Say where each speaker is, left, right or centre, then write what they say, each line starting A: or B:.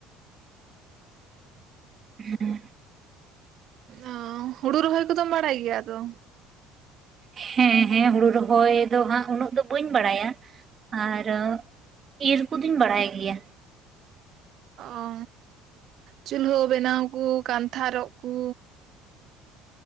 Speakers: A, on the right; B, on the right.
A: <unintelligible>
B: ᱚ ᱦᱩᱲᱩ ᱨᱚᱦᱚᱭ ᱠᱚᱫᱚᱢ ᱵᱟᱲᱟᱭ ᱜᱮᱭᱟ ᱛᱚ?
A: ᱦᱮᱸ ᱦᱮᱸ ᱦᱩᱲᱩ ᱨᱚᱦᱚᱭ ᱫᱚ ᱦᱟᱸᱜ ᱩᱱᱟᱹᱜ ᱫᱚ ᱵᱟᱹᱧ ᱵᱟᱲᱟᱭᱟ ᱟᱨ ᱤᱨ ᱠᱩᱫᱩᱧ ᱵᱟᱲᱟᱭ ᱜᱮᱭᱟ
B: ᱚ ᱪᱩᱞᱦᱟᱹ ᱵᱮᱱᱟᱣ ᱠᱩ ᱠᱟᱱᱛᱷᱟ ᱨᱚᱜ ᱠᱩ